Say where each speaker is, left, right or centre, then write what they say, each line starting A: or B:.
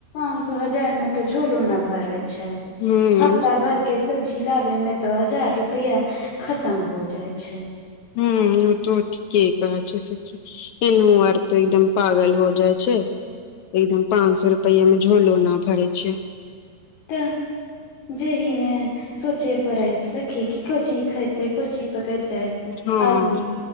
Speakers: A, on the left; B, on the left.
A: पच सौ हजार मे तो झोलो न भर छै
B: हूं
A: ह्फता भर जिला मे मे तऽ हजार रुपया खतम हो जाइ छै
B: ह्म त ठ कह छै सी एन अर्थ एकदम पागल हो जाइ छै एकदम पाँच सए रुपैयि मे झोलो न भरे छैय
A: तऽ जे ईने सोचे पड़ै सखी की को ची खातै को ची पकतै <unintelligible>
B: हँ